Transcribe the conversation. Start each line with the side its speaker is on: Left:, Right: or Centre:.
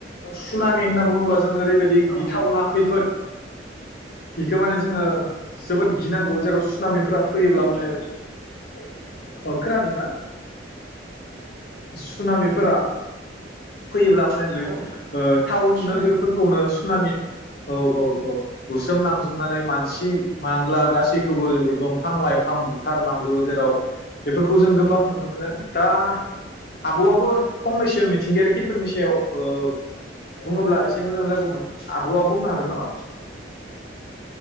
Left: सुनामि होनना‌। बुङोब्ला जोङो ओरैबायदि
Right: औ
Left: गिथावना खैफोद इखो माने जोङो जोबोद गिनांगौ जेराव सुनामिफोरा फैयोब्ला
Right: खोनायाखै
Left: माने अ खोनादोंना सुनामिफोरा फैयोब्ला माने लै
Right: औ
Left: ओ टाउन
Right: सुनामि
Left: नोगोरफोरखौनो सु सुनामि औ औ औ बुसोम लांजोबनानै मानसि मानला गासैखौबो दंफां लाइफां बुथार लांजोबो जेराव बेफोरखौ जों गोबां नुनो मोनो दा आबआबो फंनैसो मिथिंगायारि खैफोदनि सायाव ओ बुङोब्ला एसे मोजां जागौमोन आबआ बुंनो हागोन नामा?